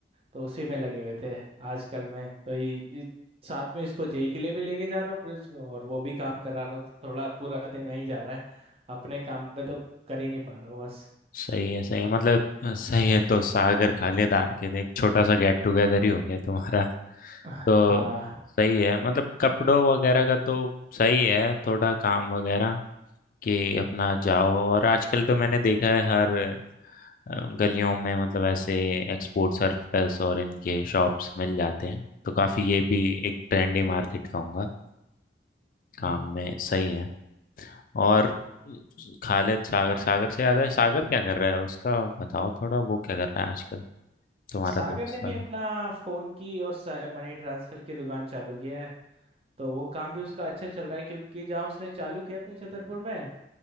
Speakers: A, on the right; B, on the left.
A: तो उसी में लगे हुए थे आजकल में तो ये ये- साथ में इसको जेई के लिए भी लेके जा रहा हूँ प्रिंस को और वो भी काम करा रहा हूँ तो थोड़ा पूरा दिन वहीं जा रहा है अपने काम पे तो कर ही नहीं पा रहा हूँ बस
B: सही है सही है मतलब अ, सही है तो सागर खालेदार के थे एक छोटा सा गेट टुगेदर ही हो गया तुम्हारा
A: हाँ
B: तो सही है मतलब कपड़ों वगैरह का तो सही है थोड़ा काम वगैरह कि अपना जाओ और आजकल तो मैंने देखा है हर अ, गलियों में मतलब ऐसे एक्सपोर्ट सर्विस और इनके शॉप्स मिल जाते हैं तो काफी ये भी एक ट्रेंडी मार्केट कहूंगा काम
A: हम्म।
B: में सही है और खालिद सागर सागर से याद है सागर क्या कर रहा है उसका बताओ थोड़ा वो क्या कर रहा है आजकल तुम्हारा
A: सागर
B: दोस्त सागर
A: ने भी अपना फोन की और मनी ट्रांसफर की दुकान चालू किया है तो वो काम भी उसका अच्छा चल रहा है क्योंकि जहाँ उसने चालू किया अपने छतरपुर में